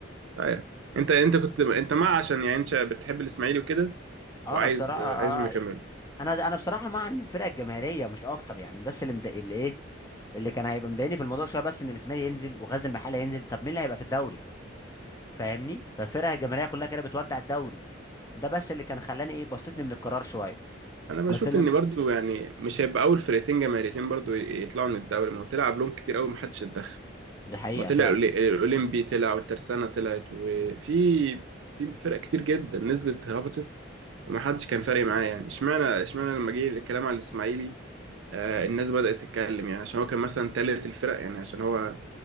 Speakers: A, on the right; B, on the left.
A: عارف أنت أنت كنت أنت مع عشان يعني أنت بتحب الإسماعيلي وكده
B: آه،
A: وعايز
B: انا بصراحه
A: آه، عايزهم يكملوا
B: آه انا انا بصراحه مع ان الفرقه الجماهيريه مش اكتر يعني بس اللي مضايق اللي ايه اللي كان هيبقى مضايقني في الموضوع شويه بس ان الاسماعيلي ينزل وغزل المحله ينزل طب مين اللي هيبقى في الدوري فاهمني فالفرقه الجماهيريه كلها كده بتودع الدوري ده بس اللي كان خلاني ايه بسطني من القرار شويه
A: انا بشوف
B: بس اللي
A: ان برضو يعني مش هيبقى اول فرقتين جماهيريتين برضو ي- يطلعوا من الدوري ما هو تلعب لهم كتير قوي محدش اتدخل
B: دي حقيقه
A: ما طلع
B: فعلا
A: الأولي- الاولمبي طلع والترسانة طلعت وفي في فرق كتير جدا نزلت هبطت ومحدش كان فارق معاه يعني اشمعنى اشمعنى لما جه الكلام على الاسماعيلي آه الناس بدأت تتكلم يعني عشان هو كان مثلا تالت الفرق يعني عشان هو